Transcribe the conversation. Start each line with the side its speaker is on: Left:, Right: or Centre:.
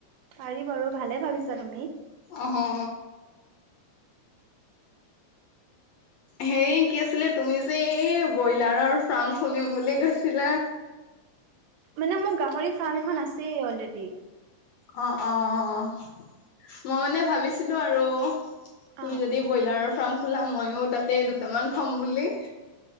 Right: পাৰি বাৰু ভালে ভাবিছা তুমি।
Left: অহ অ'। হেই কি আছিলে তুমি যে এই ব্ৰইলাৰৰ ফাৰ্ম খুলিম বুলি কৈছিলা?
Right: মানে মোৰ গাহৰি ফাৰ্ম এখন আছেই অলৰেডি।
Left: অ', অ', অ' মই মানে ভাবিছিলো আৰু তুমি
Right: অ'
Left: যদি ব্ৰইলাৰৰ ফাৰ্ম খোলা ময়ো তাতে দুটামান থ'ম বুলি